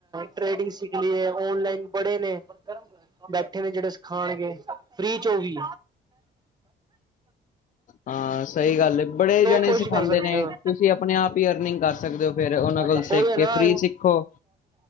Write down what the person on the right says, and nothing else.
ਟ੍ਰੇਡਿੰਗ ਸਿੱਖ ਲਈਏ ਓਨਲਾਈਨ ਬੜੇ ਨੇ ਗਰਮ ਬੈਠੇ ਨੇ ਜਿਹੜੇ ਸਿਖਾਣਗੇ ਫ੍ਰੀ ਚ ਹੋ ਗਈ
ਕੋਸ਼ਿਸ਼
ਕਰ ਸਕਦੇ
ਹੋ।
ਉਹੀ
ਹੈ
ਨਾ